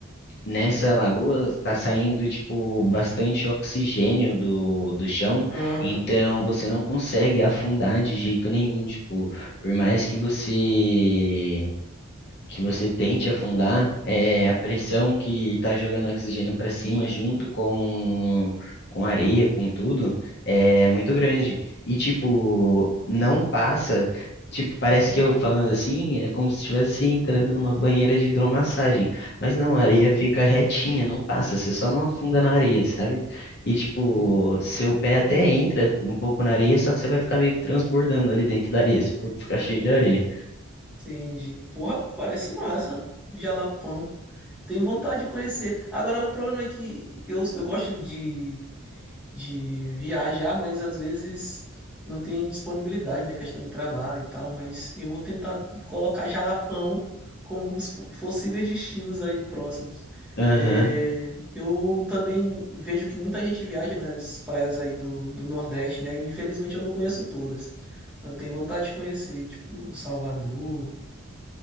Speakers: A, on the left; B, in the centre.
A: Nessa lagoa está saindo tipo bastante oxigênio do, do chão,
B: Aham.
A: então você não consegue afundar de jeito nenhum, tipo, por mais que você que você tente afundar, é a pressão que está jogando oxigênio para cima junto com, com areia, com tudo, é muito grande. E, tipo, não passa. Tipo, parece que eu falando assim, é como se estivesse entrando numa banheira de hidromassagem. Mas não, a areia fica retinha, não passa, você só não afunda na areia, sabe? E, tipo,
B: Hum.
A: seu pé até entra um pouco na areia, só que você vai ficar meio transbordando ali dentro da areia, seu corpo fica cheio de areia.
B: Entendi. Porra, parece massa. Jalapão. Tenho vontade de conhecer. Agora, o problema é que eu, eu gosto de, de viajar, mas às vezes não tem disponibilidade, né? Questão de trabalho e tal. Mas eu vou tentar colocar Jalapão como um dos po- possíveis destinos aí próximos.
A: Aham.
B: É, eu também vejo que muita gente viaja nas praias aí do, do Nordeste, né? Infelizmente eu não conheço todas. Mas eu tenho vontade de conhecer, tipo, Salvador.